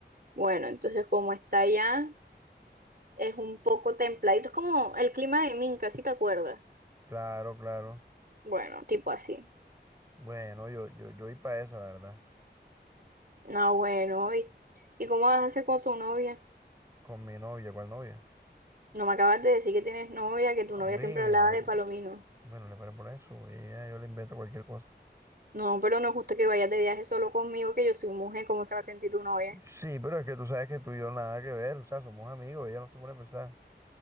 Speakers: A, on the right; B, on the right.
A: Bueno, entonces como está allá, es un poco templadito. Es como el clima de Minca, si te acuerdas.
B: claro, claro.
A: Bueno, tipo así.
B: Bueno, yo, yo, yo voy para esa, la verdad.
A: No, bueno, ¿y, y cómo vas a hacer con tu novia?
B: Con mi novia, ¿cuál novia?
A: No me acabas de decir que tienes novia, que tu
B: Hombre,
A: novia siempre hablaba
B: no le,
A: de Palomino.
B: bueno, le paré por eso. Ella, yo le invento cualquier cosa.
A: No, pero no es justo que vayas de viaje solo conmigo, que yo soy mujer, ¿cómo se va a sentir tu novia?
B: Sí, pero es que tú sabes que tú y yo nada que ver. O sea, somos amigos, ella no se pone pesada.